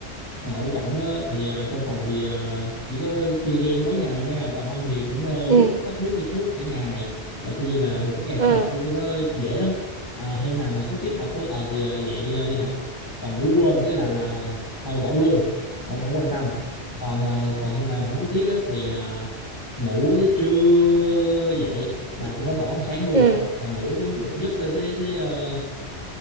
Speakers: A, on the left (about 20°); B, on the right (about 40°).
A: Nội trọng á, thì ờ, trong phòng thì ờ, chỉ có chơi game tối ngày nha còn không thì cũng ờ,
B: ừ
A: lướt TikTok lướt Facebook cả ngày là coi như là một cái ngày sinh
B: ừ
A: hoạt của tôi nó dễ lắm Ờ, hôm nào mà có tiết học á ờ, thì ờ, dậy ờ, đi học còn ngủ quên cái là là thôi bỏ luôn không không quan tâm còn ờ, còn hôm nào mà không có tiết á thì ờ, ngủ tới trưa dậy là tôi nó bỏ ăn sáng luôn
B: ừ
A: là ngủ tới một giấc ờ, tới tới uh,